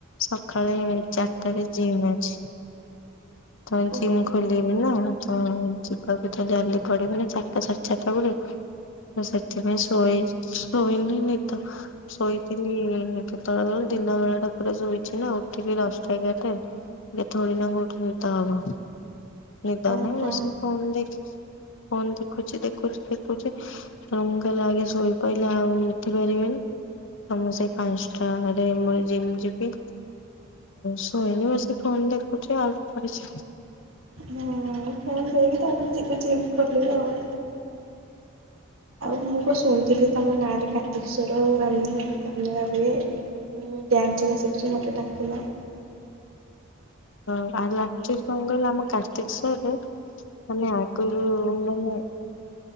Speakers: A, on the left; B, on the right.
A: ସକାଳେ ଚା ସକାଳେ ଜିମ୍ ଅଛି। ସକାଳେ
B: ଓହୋ।
A: ଜିମ୍ ଖୋଲି <unintelligible> ତ ଯିବାକୁ ତ ଜାହେଲେ ପଡିବନା ଚାରିଟା ସାଢେ ଚାରିଟା ବେଳକୁ ହଁ, ସେତି ପାଇଁ ଶୋଏ, ଶୋଇନି ନିଦ ଶୋଇଥିଲି-ଇ-ଇ କେତେବେଳେ, କଇଲ ଦିନବେଳେ ଟା ପୁର ଶୋଇଛିନା। ଉଠିକି ଦଶଟା ଏଗାରଟାରେ ଏ ଥୋଡ଼ି ନା ଗୋଟେ ନିଦ ହବ। ନିଦ
B: ଓହୋ
A: ନାଇଁ ବସିକି ଫୋନ୍ ଦେଖିକି ଫୋନ୍ ଦେଖୁଛି, ଦେଖୁଛି, ଦେଖୁଛି। କଁ କଇଲା ଆଗେ, ଶୋଇ ପଇଲା ଆଉ ଉଠି ପାରିବେନି। ତ ମୁଁ ସେଇ ପାଞ୍ଚଟା, ଆଡେ ମୋର ଜିମ୍ ଯିବି। ଶୋଇନି ବସି ଫୋନ୍ ଦେଖୁଛି, ଆଉ ତ <inaudible>
B: ହୁଁ ଫୋନ୍ ଦେଖେ, ତା'ପରେ ଯେବେ ଜିମ୍ ଖୋଲିବି ଆଉ? ଆଉ ମୁଁ ପା ଶୁଣିଥିଲି, ତମ ଗାଁ ରେ କାର୍ତିକେଶ୍ଵର ଆଉ ରାମନୀଳା ଫାମ୍ ନୀଳା ହୁଏ। ମୁଁ ଡ୍ୟାନ୍ସରା ଶିଖଚି। ମୋତେ ଡାକୁଲା।
A: ହଁ, <unintelligible> ଆମ କାର୍ତ୍ତିକସରରେ ମାନେ, ଆଗରୁ ମାନେ